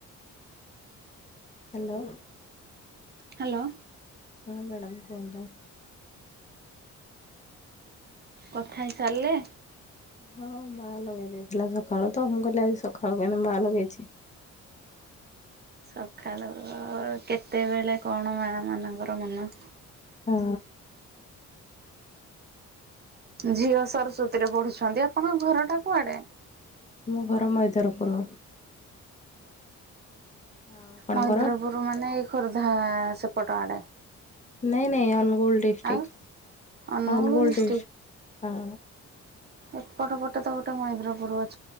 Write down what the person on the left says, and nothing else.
ହାଲୋ।
ହଁ ମ୍ୟାଡ଼ମ କୁହନ୍ତୁ?
ହଁ ମା ଲଗେଇ ଦେଇଥିଲା ସକାଳୁ ତ ମୁଁ କହିଲି ଆଜି ସକାଳୁ କାଇଁ ମା ଲଗେଇଛି? ହଁ
ହୁଁ।
ମୋ ଘର ମଇଦରପୁର। ଆଉ ଆପଣଙ୍କର
ନାଇଁ ନାଇଁ ଅନଗୁଳ district
Angul
dist ହଁ।